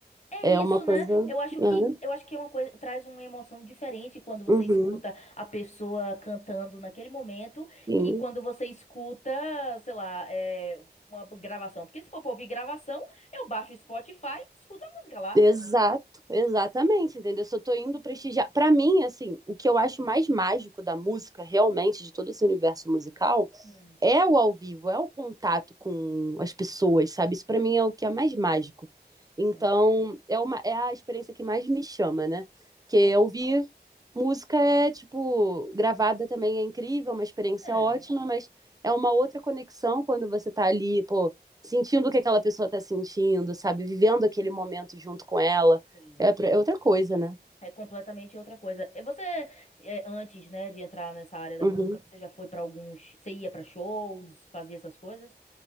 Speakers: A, on the left (about 40°); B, on the right (about 20°).
A: É
B: É
A: isso,
B: uma coisa.
A: né? Eu acho
B: né?
A: que eu acho que é uma coisa traz uma emoção diferente quando você
B: Uhum,
A: escuta a pessoa cantando naquele momento
B: sim.
A: e quando você escuta, sei lá, é, uma gravação. Porque se for pra ouvir gravação, eu baixo o Spotify e escuto a música lá.
B: Exato, exatamente, entendeu? Se eu tô indo prestigiar, pra mim, assim, o que eu acho mais mágico da música, realmente, de todo esse universo musical,
A: Hum,
B: é o ao vivo, é o contato com as pessoas, sabe? Isso para mim é o que é mais mágico. Então,
A: hum.
B: é uma é a experiência que mais me chama, né? Porque
A: Ai, que...
B: ouvir música é tipo gravada também é incrível, uma experiência
A: É,
B: ótima, mas é uma outra conexão quando você tá ali, pô, sentindo o que aquela pessoa tá sentindo, sabe? Vivendo aquele momento junto com ela.
A: sim.
B: É, pra- é outra coisa, né?
A: É completamente outra coisa. E Você, é, antes, né, de entrar nessa área da
B: Uhum.
A: música, você já foi pra alguns, você ia pra shows, fazia essas coisas?